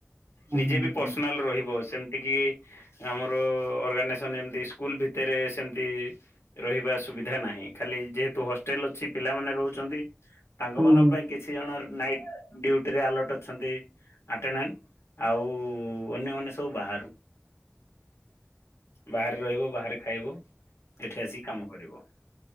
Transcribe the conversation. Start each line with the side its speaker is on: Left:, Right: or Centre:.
Right: ହୁଁ
Left: ନିଜେ
Right: ହୁଁ
Left: ବି
Right: ହୁଁ
Left: ପର୍ସନାଲ ରହିବ ସେମିତି କି ଏ ଆମର ଅର୍ଗାନାଇଜେସନ୍ ଯେମତି ସ୍କୁଲ ଭିତରେ ସେମତି ରହିବା ସୁବିଧା ନାହିଁ ଖାଲି ଯେହେତୁ ହଷ୍ଟେଲ ଅଛି ପିଲାମାନେ ରହୁଛନ୍ତି। ତାଙ୍କ ମନଙ୍କ
Right: ହୁଁ।
Left: ପାଇଁ କିଛି ଜଣର ନାଇଟ୍ ଡୁଟିରେ ଆଲର୍ଟ୍ ଅଛନ୍ତି। ଆଟେଣ୍ଡଣ୍ଟ ଆଉ ଅନ୍ୟମାନେ ସବୁ ବାହାରୁ
Right: ଁ
Left: ବାହାରେ ରହିବ ବାହାରେ ଖାଇବ। ଏଠି ଆସିକି କାମ କରିବୁ